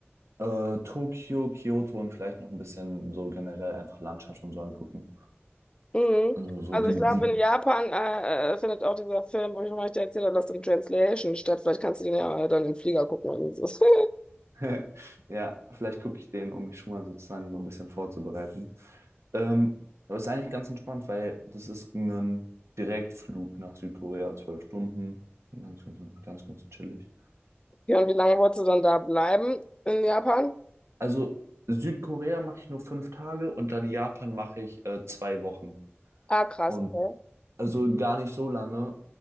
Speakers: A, on the right (about 80°); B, on the left (about 20°).
A: äh, Tokio, Kyoto und vielleicht noch ein bisschen so generell einfach Landschaft und so angucken.
B: Mhm.
A: Also so
B: Also
A: die,
B: ich glaube,
A: die
B: in Japan äh, äh, findet auch dieser Film, wo ich euch da erzählt habe, Lost in Translation statt. Vielleicht kannst du den ja äh, dann im Flieger gucken. Irgendwie so. <laughs>
A: <laughs> Ja, vielleicht gucke ich den, um mich schon mal sozusagen so ein bisschen vorzubereiten. Ähm, aber ist eigentlich ganz entspannt, weil das ist ein Direktflug nach Südkorea, zwölf Stunden. Ganz, ganz, ganz, ganz chillig.
B: Ja, und wie lange wolltest du dann da bleiben in Japan?
A: Also Südkorea mache ich nur fünf Tage und dann Japan mache ich äh, zwei Wochen.
B: Ah, krass,
A: Und
B: okay.
A: also gar nicht so lange,